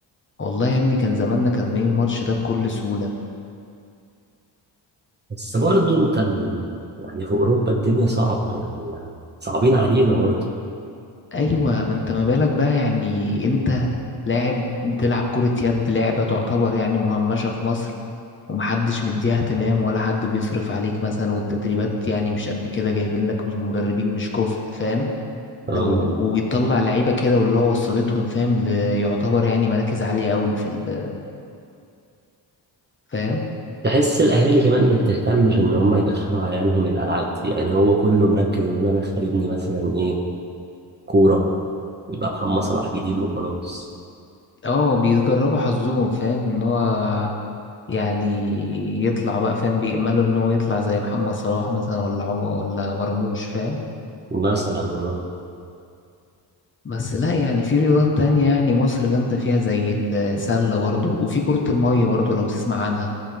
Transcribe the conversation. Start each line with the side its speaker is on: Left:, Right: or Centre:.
Left: والله يا ابني كان زماننا كسبانين الماتش ده بكل سهولة
Right: بس برضه انت ال... يعني في اوروبا الدنيا صعبه يعني صعبين علينا برضه
Left: ايوه ما انت ما بالك بقى يعني انت لاعب بتلعب كرة يد لعبة تعتبر يعني مهمشة في مصر ومحدش مديها اهتمام ولا حد بيصرف عليك مثلا والتدريبات يعني مش قد كده جايبين لك مش- مدربين مش كفء فاهم
Right: اه
Left: لو وبيطلع لعيبة كده واللي هو وصلتهم فاهم ليعتبر يعني مراكز عالية قوي في ال... فاهم
Right: بحس الاهالي كمان ما بتهتمش ان هم يدخلوا عيالهم الالعاب دي يعني هو كله مركز ان انا ادخل ابني مثلا ايه كوره يبقى محمد صلاح جديد وخلاص
Left: اه بيجربوا حظهم فاهم ان هو يعني يطلع بقى فاهم بيأملوا ان هو يطلع زي محمد صلاح مثلا ولا عمر ولا مرموش فاهم
Right: مثلا أهو.
Left: بس لا يعني في رياضات تانية يعني مصر جامدة فيها زي السلة برضو وفي كرة المية برضو لو تسمع عنها